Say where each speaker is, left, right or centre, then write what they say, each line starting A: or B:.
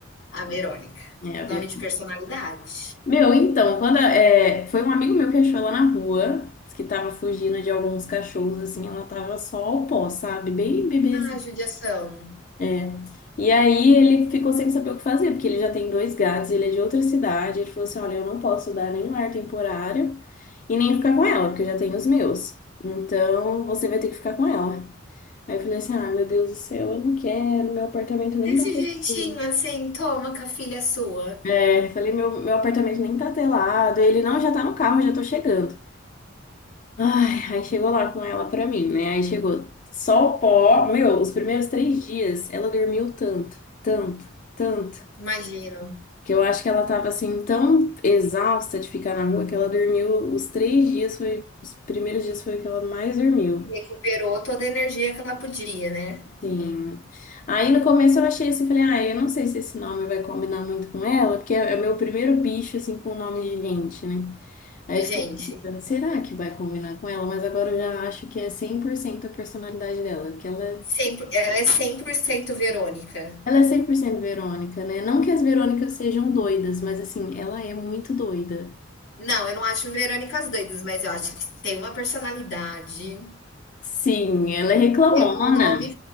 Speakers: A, on the left; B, on the left.
A: a Verônica.
B: É a
A: Nome
B: Verônica.
A: de personalidade.
B: Meu, então, quando a- é, foi um amigo meu que achou ela na rua, disse que tava fugindo de alguns cachorros, assim, ela tava só o pó, sabe? Bem bebezinha
A: Ah, judiação.
B: É. E aí ele ficou sem saber o que fazer, porque ele já tem dois gatos, ele é de outra cidade. Ele falou assim: olha, eu não posso dar nenhum lar temporário e nem ficar com ela, porque eu já tenho os meus. Então você vai ter que ficar com ela. Aí eu falei assim: ah, meu Deus do céu, eu não quero, meu apartamento nem
A: Desse
B: dá pra.
A: jeitinho
B: eu.
A: assim, toma com a filha sua.
B: É, falei, meu, meu apartamento nem tá telado. Ele, não, já tá no carro, já tô chegando. Ai, aí chegou lá com ela pra mim, né? Aí chegou só o pó. Meu, os primeiros três dias ela dormiu tanto, tanto, tanto.
A: Imagino.
B: Que eu acho que ela tava assim tão exausta de ficar na rua que ela dormiu os três dias, foi, os primeiros dias foi o que ela mais dormiu.
A: Recuperou toda a energia que ela podia, né?
B: Sim. Aí no começo eu achei assim, falei, ah, eu não sei se esse nome vai combinar muito com ela, porque é é o meu primeiro bicho assim com nome de gente, né? Aí
A: De
B: eu
A: gente.
B: fiquei pensando, será que vai combinar com ela? Mas agora eu já acho que é 100% a personalidade dela, porque ela,
A: Cem por- ela é 100% Verônica.
B: ela é 100% Verônica, né? Não que as Verônicas sejam doidas, mas assim, ela é muito doida.
A: Não, eu não acho Verônicas doidas, mas eu acho que tem uma personalidade,
B: Sim, ela é reclamona.
A: é um nome,